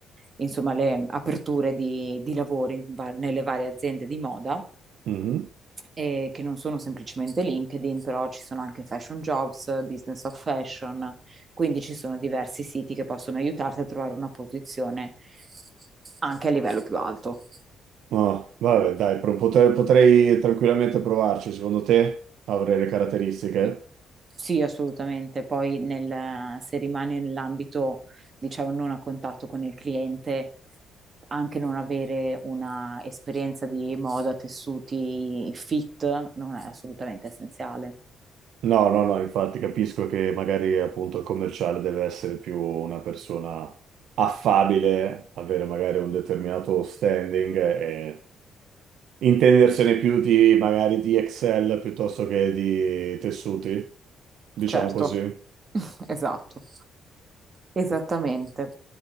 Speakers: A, on the right (about 40°); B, on the right (about 80°).
A: insomma, le aperture di, di lavoro in va- nelle varie aziende di moda,
B: mhm.
A: eh, che non sono semplicemente LinkedIn, però ci sono anche Fashion Jobs, Business of Fashion, quindi ci sono diversi siti che possono aiutarti a trovare una posizione anche a livello più alto.
B: No, vabbè, dai, pro- potrei, potrei tranquillamente provarci. Secondo te avrei le caratteristiche?
A: Sì, assolutamente. Poi nel- se rimani nell'ambito, diciamo, non a contatto con il cliente, anche non avere una esperienza di moda, tessuti fit, non è assolutamente essenziale.
B: No, no, no, infatti capisco che magari appunto il commerciale deve essere più una persona affabile, avere magari un determinato standing e intendersene più di magari di Excel piuttosto che di tessuti, diciamo
A: Certo,
B: così.
A: <laughs> esatto, esattamente.